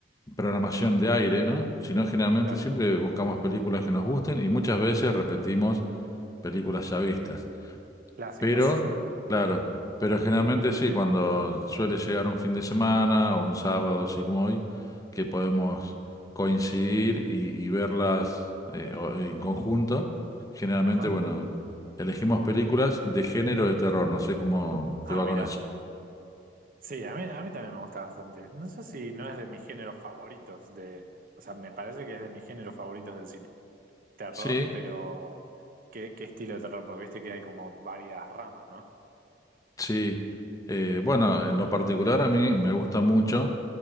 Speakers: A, on the left; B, on the right.
A: programación de aire, ¿no? Sino generalmente
B: Claro.
A: siempre buscamos películas que nos gusten y muchas veces repetimos películas ya vistas.
B: Clásicos.
A: Pero,
B: <laughs>
A: claro, pero generalmente sí, cuando suele llegar un fin de semana o un sábado, así como hoy, que podemos coincidir y, y verlas eh, o- en conjunto, generalmente,
B: Ajá.
A: bueno, elegimos películas de género de terror, no sé cómo
B: Ah,
A: te va
B: mirá.
A: con eso.
B: Sí, a mí, a mí también me gusta bastante. No sé si no es de mis géneros favoritos de... O sea, me parece que es de mis géneros favoritos del cine. terror,
A: Sí,
B: pero ¿qué, qué estilo de terror? Porque viste que hay como varias ramas, ¿no?
A: sí. Eh, bueno, en lo particular a mí me gusta mucho.